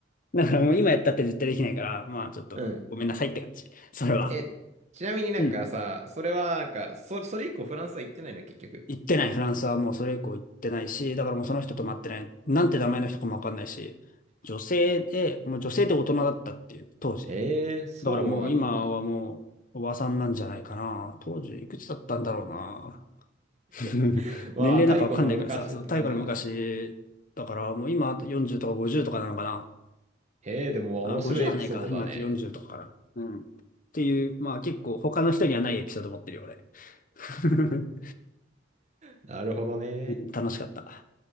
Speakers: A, on the left; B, on the right.
A: だからもう今やったって絶対できないから、まあちょっと、
B: うん。
A: ごめんなさいって感じ。それは。
B: え、ちなみになんかさ、
A: うん。
B: それはなんか、そ、それ以降フランスは行ってないの、結局。
A: 行ってない、フランスはもうそれ以降行ってないし、だからもうその人と待ってない、なんて名前の人かもわかんないし、女性で、もう女性で大人だったっていう、当時。
B: へえ、そうなんだ。
A: だからもう今はもうおばさんなんじゃないかな。当時いくつだったんだろうな。<laughs>
B: <laughs> まあ、
A: 年齢なんかわかんないからさ、
B: 太古の昔って感じか。
A: そう、太古の昔、だからもう今40とか50とかなのかな。
B: へえ、でも面白いエピソードだね。
A: あ、50はないか。今40とかかな。うん。っていう、まあ結構他の人にはないエピソード持ってるよ、俺。<laughs>
B: なるほどね。
A: うん楽しかった。